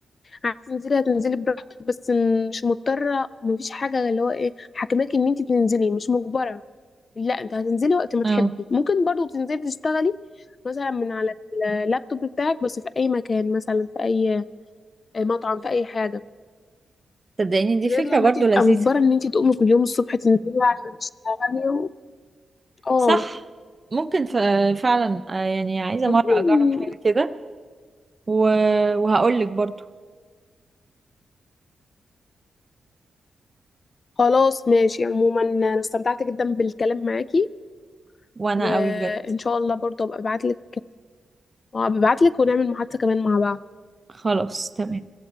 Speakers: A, on the left; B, on the right.
A: هتنزلي هتنزلي براحتك بس م- مش مضطرة مفيش حاجة اللي هو ايه حاكماكي ان انت تنزلي مش مجبرة لا انت هتنزلي وقت ما
B: اه
A: تحبي ممكن برضو تنزلي تشتغلي مثلا من على اللابتوب بتاعك بس في اي مكان مثلا في اي مطعم في اي حاجة
B: صدقيني دي
A: غير
B: فكرة
A: لما
B: برضو
A: انت تبقى
B: لذيذة
A: مجبرة ان انت تقومي كل يوم الصبح تنزلي عشان تشتغلي و... اه
B: صح ممكن ف... فعلا آه، يعني عايزة
A: عموماً
B: مرة اجرب حاجة كده و... وهقولك برضو
A: خلاص ماشي عموما انا استمتعت جدا بالكلام معاكي
B: وانا
A: وان
B: قوي بجد
A: شاء الله برضو ابقى ابعتلك ابقى ابعتلك ونعمل محادثة كمان مع بعض
B: خلاص تمام